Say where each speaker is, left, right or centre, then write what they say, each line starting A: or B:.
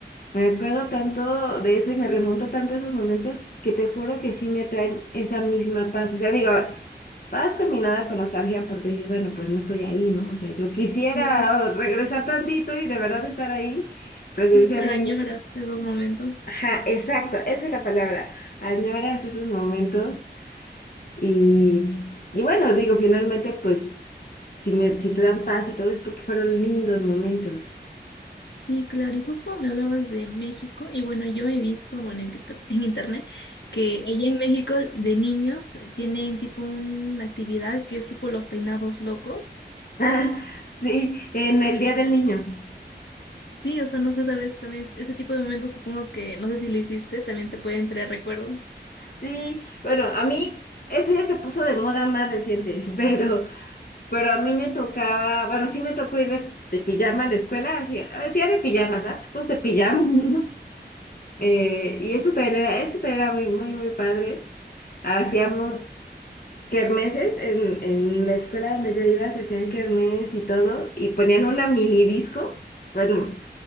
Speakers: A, on the left (about 50°); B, on the left (about 70°).
A: me acuerdo tanto de eso y me remonto tanto a esos momentos que te juro que sí me traen esa misma paz. O sea, digo, paz combinada con nostalgia porque dices, bueno, pues no estoy ahí, ¿no? O sea, yo quisiera
B: Sí,
A: oh, regresar tantito y de verdad estar ahí presencialmente.
B: sí, claro, añoras esos momentos.
A: Ajá, exacto, esa es la palabra. Añoras esos momentos y, y bueno, digo, finalmente, pues si me, si te dan paz y todo es porque fueron lindos momentos. <laughs>
B: Sí, claro, y justo me hablabas de México, y bueno, yo he visto, bueno, en TikTok, en internet, que allá en México de niños eh, tienen tipo una actividad que es tipo los peinados locos.
A: Ah, sí, en el Día del Niño.
B: Sí, o sea, no sé, tal vez también ese tipo de momentos supongo que, no sé si lo hiciste, también te pueden traer recuerdos.
A: Sí, bueno, a mí eso ya se puso de moda más reciente, <laughs> pero, pero a mí me tocaba, bueno, sí me tocó ir de, de pijama a la escuela, así, "Ah, día de pijamas, ¿ah? Pues todos de pijama, <laughs> ¿no? Eh, y eso también era, eso también era muy, muy, muy padre. Hacíamos kermeses en, en la escuela donde yo iba se hacían kermes y todo y ponían una mini disco, bueno,